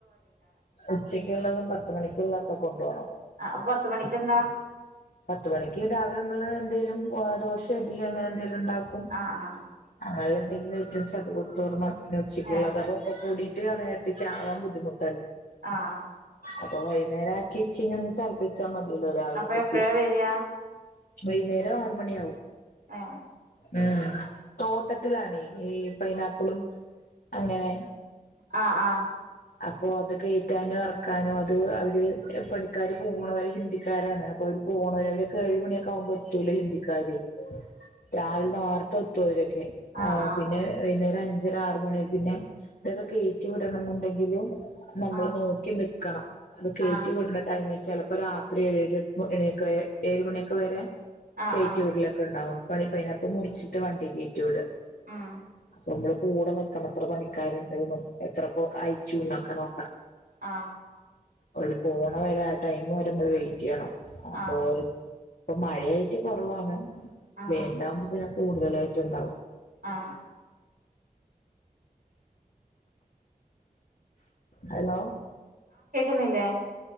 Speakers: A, on the left (about 70°); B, on the right (about 75°).
A: ഉച്ചക്കൊള്ളതും പത്ത് മണിക്കൊള്ളാ ഓക്കേ കൊണ്ട് പോണം
B: ആ പത്ത് മണിക്കേന്താ
A: പത്ത് മണിക്ക് രാവലെ നമ്മള് എന്തെലും ആ ദോശായെ ഇഡ്ഡലിയൊ അങ്ങനെ എന്തോലും ണ്ടാക്കും
B: ആഹ് ആഹ്
A: അങ്ങനെയോള്ളാ എന്തെങ്കിലും ഐറ്റംസ് ഓക്കേ കൊട്ത്ത് വിടണം പിന്നെ ഉച്ചോയോള്ളത്
B: ഏഹ്
A: അപ്പൊ ഒക്കെ കൂടിയിട്ട് ആ നേരത്തേക്ക് ആവാൻ ബുദ്ധിമുട്ട
B: ആാ
A: അപ്പൊ വൈകുന്നേരം ആക്കി വെച്ചിനാ ഒന്ന് തെളപ്പിച്ചാ മതിയല്ലോ രാവലത്തെ
B: അപ്പൊ എപ്പഴാ
A: യെ
B: വരിക
A: വൈക്ന്നേരം ആറ് മണിയാവും
B: ഏഹ്
A: ആാവും ഉം തോട്ടത്തിലാണേ ഈ പൈനാപ്പിളും അങ്ങനെ
B: ആാ ആാ
A: അപ്പോ അത് കേറ്റാനും എറക്കാനും അത് അവര് പണിക്കാര് പോണവരെ ഹിന്ദിക്കാരാണ് അപ്പോ ഓര് പോണവര് അവരൊക്കെ ഏഴ്മണിയൊക്കെ ആകുമ്പോഴ്ത്തൂല്ലോ ഹിന്ദിക്കാര് രാവലെ നർത്തേ എത്തു അവര് <unintelligible> ആ
B: ആഹ് ആഹ്
A: പിന്നെ വൈ അഞ്ചരാ ആറ് മണി പിന്നെ ഇതൊക്കെ കേറ്റി വിടണം എന്നോണ്ടെങ്കില് നമ്മള്
B: ആഹ്
A: നോക്കി നി ക്കാണം അത് കേറ്റി
B: ആഹ്
A: വിട്ന്നാ ടൈമില് ചെലപ്പോ രാത്രി ഏഴ് <unintelligible> ഏഴുമണിയൊക്കെ വെരെ
B: ആഹ്
A: കേറ്റിവിടെലൊക്കെ
B: ആഹ് ആഹ്
A: ഇണ്ടാവും <unintelligible> മുറിച്ച് ട്ട വണ്ടി കേറ്റി വിടാ
B: ആാ
A: നമ്മള് കൂടെ നിക്കണം എത്ര പണിക്കാരോണ്ട് എത്ര പേ അയച്ചുന്നോക്കെ നേ
B: ആാ
A: ഒര് പോണേ വെരെ ആ ടൈം വെരെ നമ്മള് വെയിറ്റ് ചെയ്യാണാം
B: ആഹ്
A: <unintelligible> ഇപ്പം മഴയായിട്ട് കൊറവാണ്
B: ആഹ്
A: വേനാവുമ്പാഴാ കൂട്തലായിട്ടും ഒണ്ടാവ്യാ
B: ആാ
A: ഹലോ
B: ന്നില്ലോ